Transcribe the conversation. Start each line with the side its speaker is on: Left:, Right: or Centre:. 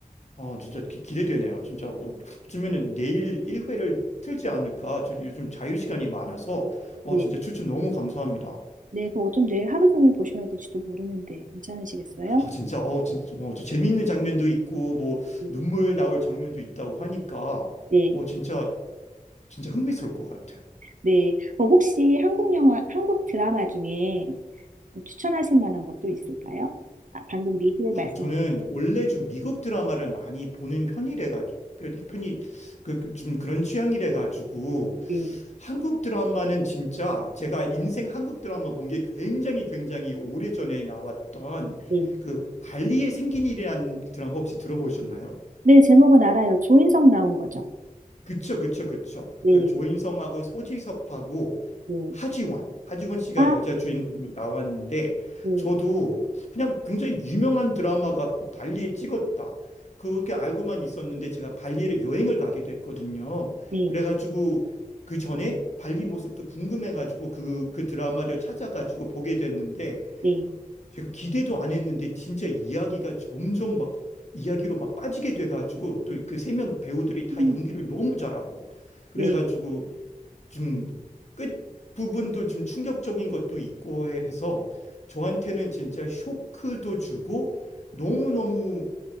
Left: 어, 진짜 기, 대되네요 진짜 어, 어쩌면은 내일 1회를 틀지 않을까. 저 요즘 자유 시간이 많아서 어,
Right: 네,
Left: 진짜 추천 너무 감사합니다.
Right: 네, 그거 좀 내일 하루 종일 보셔야 될지도 모르는데 괜찮으시겠어요?
Left: 어, 진짜, 어, 진짜, 어, 저 재미있는 장면도 있고, 뭐,
Right: 네,
Left: 눈물 나올 장면도 있다고 하니까,
Right: 네.
Left: 어, 진짜, 진짜 흥미스러울 것 같아요.
Right: 네. 그럼 혹시 한국 영화, 한국 드라마 중에 뭐 추천하실 만한 것도 있을까요? 아, 방금 미드에 말씀,
Left: 아, 저는 원래 좀 미국 드라마를 많이 보는 편이래가지고, 편이, 편이- 그, 그- 좀 그런 취향이래가지고,
Right: 네,
Left: 한국 드라마는 진짜 제가 인생 한국 드라마 본 게 굉장히 굉장히 오래전에 나왔던
Right: 네.
Left: 그 발리에 생긴 일이라는 드라마 혹시 들어보셨나요?
Right: 네, 제목은 알아요. 조인성 나온 거죠.
Left: 그쵸, 그쵸, 그쵸.
Right: 네,
Left: 그 조인성하고 소지섭하고
Right: 네.
Left: 하지원, 하지원 씨가
Right: 아,
Left: 여자 주인공으로 나왔는데,
Right: 네,
Left: 저도 그냥 굉장히 유명한 드라마가 발리에 찍었다. 그렇게 알고만 있었는데, 제가 발리에 여행을 가게 됐거든요.
Right: 네,
Left: 그래가지고, 그 전에 발리 모습도 궁금해가지고, 그, 그 드라마를 찾아가지고 보게 됐는데,
Right: 네,
Left: 제가 기대도 안 했는데 진짜 이야기가 점점 막 이야기로 막 빠지게 돼가지고 또 그 세 명 배우들이 다
Right: 음,
Left: 연기를 너무 잘하고 그래가지고
Right: 네,
Left: 좀 끝 부분도 좀 충격적인 것도 있고 해서 저한테는 진짜 쇼크도 주고 너무너무